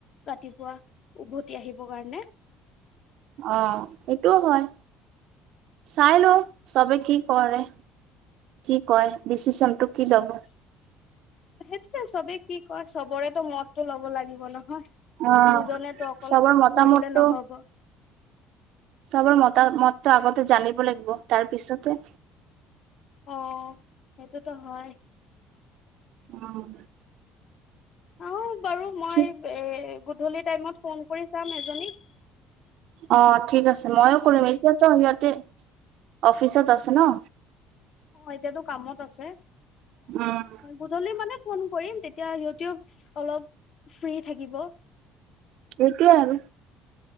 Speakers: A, on the left (about 40°); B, on the right (about 60°).
A: ৰাতিপুৱা উভতি আহিবৰ কাৰণে।
B: অঁ সেইটোও হয় চাই লওঁ চবে কি কৰে? কি কয় ডিচিশন টো কি ল'ব?
A: সেইটোৱে চবে কি কয় চবৰেতো মদতো লব লাগিব নহয়।
B: অ
A: দুজনে তো অকল
B: চবৰ
A: কৰিলে
B: মতামতটো
A: নহব।
B: চবৰ মতা মতটো আগতে জানিব লাগিব তাৰ পিছতে-
A: অঁ সেইটোতো হয়।
B: অঁ'
A: অঁ বাৰু মই
B: ঠিক
A: এ গধূলি টাইমত ফোন কৰি চাম এজনীক।
B: অঁ ঠিক আছে ময়ো কৰিম এতিয়াতো সিহঁতে অফিচত আছে ন।
A: অঁ' এতিয়াতো কামত আছে।
B: উম'
A: গোধূলি মানে ফোন কৰিম, তেতিয়া সিহঁতিও অলপ ফ্ৰী থাকিব।
B: সেইটোৱে আৰু।